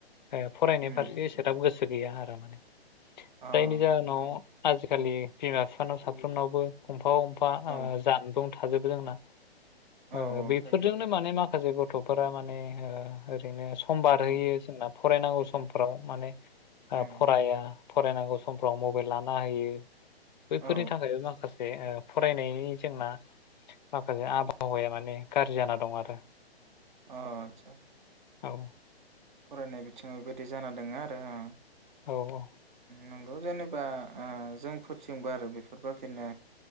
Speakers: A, on the left; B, on the right.
A: ओ फरायनाय
B: उम
A: फारसे एसेदाब गोस गोसो गैया आरो माने जायनि
B: अ
A: जाहोनाव
B: नंगौ नंगौ
A: आजि खालि बिमा फिफानाव साफ्रोमनावबो खमफाव फा
B: औ
A: ओ जानबुं थाजोबो जोंना
B: औ
A: ओ
B: औ
A: बेफोरजोंनो
B: थायो औ
A: माने मा फाजे गथ'फोरा माने ओरैनो हम बारहोयो
B: औ
A: जोंनाब फरायनांगौ समफोराव माने
B: उम
A: आ फराया फरायनांगौ समफ्राव मबाइल लाना होयो,
B: औ
A: फोरनि थाखायबो माखास बे ओ फरायनायनि जोंना माखासे आबहावाया माने गाज्रि जाना दं आरो
B: आ आदसा
A: औ
B: फरायनाय बिथिङाव बेबायदि जाना दङ आरो आ
A: औ औ
B: नंगौ जेनेबा ओ जोंफोरथिंबो आरो बेफोरबादिनो,